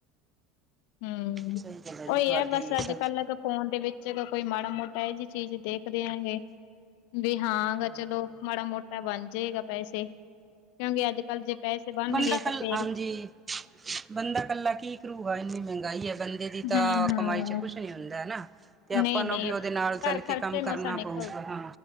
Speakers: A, on the left; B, on the right.
A: ਹਮ
B: ਸਹੀ ਗੱਲ ਜੀ
A: ਉਹੀ
B: ਤੁਹਾਡੀ
A: ਹੈ ਬਸ ਅੱਜ
B: ਸ
A: ਕੱਲ੍ਹ ਫੋਨ ਦੇ ਵਿੱਚ। ਕੋਈ ਮਾੜਾ ਮੋਟਾ ਇਹ ਜਿਹੀ ਚੀਜ਼ ਦੇਖਦੇ ਹੈਗੇ ਵੀ ਹਾਂਗਾ
B: ਹਾਂਜੀ
A: ਚਲੋ ਮਾੜਾ ਮੋਟਾ ਬਣ ਜਾ ਜੇਗਾ ਪੈਸੇ। ਕਿਉਂਕਿ ਅੱਜ, ਕੱਲ੍ਹ ਜੇ ਪੈਸੇ ਬਣਨਗੇ
B: ਬੰਦਾ ਕੱਲ
A: ਤਾਂ ਫੇਿਰ
B: ਹਾਂਜੀ ਬੰਦਾ ਇਕੱਲਾ ਕੀ ਕਰੂ ਹੈ। ਇੰਨੀ ਮਹਿੰਗਾਈ ਹੈ। ਬੰਦੇ ਦੀ
A: ਹੂੰ-ਹੂੰ,
B: ਤਾਂ ਕਮਾਈ ਚ ਕੁਛ ਨੀ ਹੁੰਦਾ ਹਨਾ ਤੇ ਆਪਾਂ
A: ਨਹੀਂ-ਨਹੀਂ
B: ਨੂੰ ਵੀ ਉਹਦੇ ਨਾਲ ਚੱਲ
A: ਘਰ ਖਰਚੇ
B: ਕੇ ਕੰਮ ਕਰਨਾ
A: ਮਸਾਂ ਨਿਕਲ
B: ਪਊਗਾ ਹਾਂ